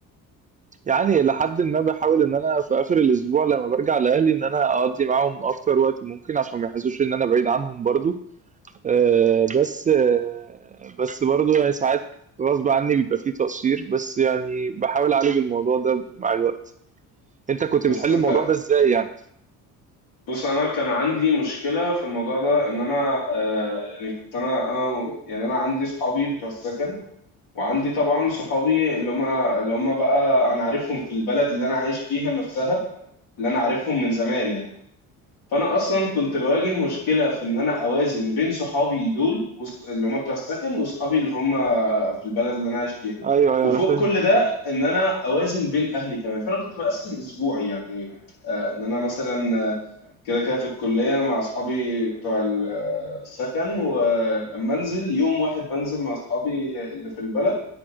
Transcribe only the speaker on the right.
يعني لحد ما بحاول ان انا في اخر الاسبوع لما برجع لاهلي ان انا اقضي معاهم اكتر وقت ممكن عشان ما يحسوش ان انا بعيد عنهم برضو آه، بس آه، بس برضو يعني ساعات غصب عني بيبقى فيه تقصير بس يعني بحاول اعالج الموضوع ده مع الوقت انت كنت
بتحل
الموضوع ده ازاي يعني
ايوه ايوه
انا فاهم